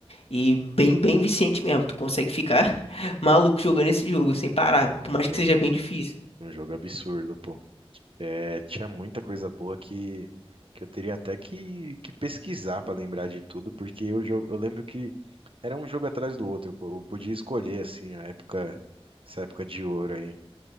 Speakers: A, on the left; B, on the right.
A: E bem, bem viciante mesmo, tu consegue ficar <laughs> maluco jogando esse jogo sem parar,
B: Ah, não,
A: por mais
B: um jogo,
A: que seja bem difícil.
B: um jogo absurdo, pô. É, tinha muita coisa boa que, que eu teria até que, que pesquisar para lembrar de tudo, porque eu, jo- eu lembro que era um jogo atrás do outro. Eu podia escolher, assim, a época, essa época de ouro aí.